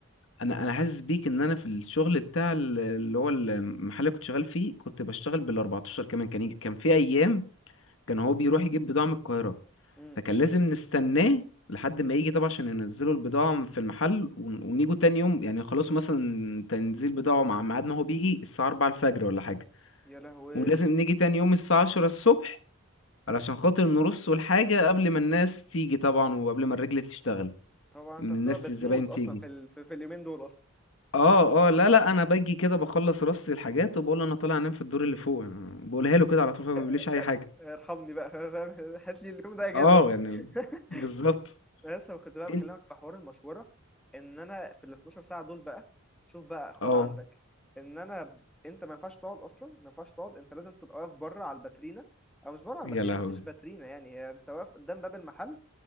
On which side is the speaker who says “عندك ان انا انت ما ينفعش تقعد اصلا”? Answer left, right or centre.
Centre